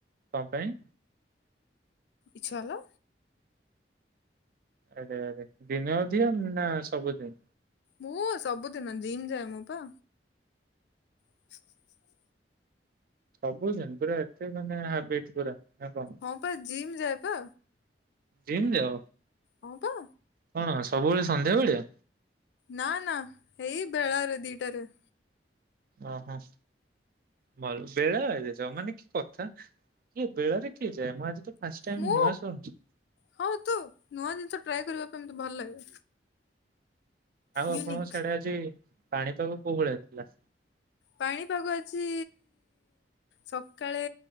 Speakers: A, on the right; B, on the left.
A: କ ପାଇଁ?
B: ଇଛାହେଲ।
A: ଆରେ ଆରେ ଦିନେ ଅଧିଆ ନା ସବୁଦିନି।
B: ମୁଁ ସବୁଦିନ ଜିମ୍ ଯାଏ ମୁଁ ପା। <inaudible>
A: ସବୁଦିନ ପୁରା ଏତେ ମାନେ ହାବିଟ୍ ପୁରା ନା କଣ।
B: ମୁଁ ପା ଜିମ୍ ଯାଏ ପା।
A: ଜିମ୍ ଯାଅ।
B: ହଁ ପା।
A: କଣ୍ ସବୁବେଳେ ସନ୍ଧ୍ୟାବେଳିଆ।
B: ନା ନା ଏଇ ବେଳାରେ ଦିଟାରେ।
A: ଓ ହୋ। ମଲ୍ ବେଳା ଯୋଉ ମାନେ କି କଥା କିଏ ବେଳରେ କିଏ ଯାଏ ମୁଁ ଆଜି ଜିତୁ ଫାଷ୍ଟ ଟାଇମ୍
B: ମୁଁ
A: ନୂଆ ଶୁଣୁଛି।
B: ହଁ ତୁ ନୂଆ ଜିନିଷ ଟ୍ରାଏ କରିବା ପାଇଁ ମତେ ଭଲ ଲାଗେ।
A: ଆଉ
B: ୟୁନିକ୍
A: ଆପଣଙ୍କ ସିଆଡେ ଆଜି ପାଣିପାଗ କୋଉ ଭଳିଆ ଥିଲା?
B: ପାଣିପାଗ ଆଜି ସକାଳେ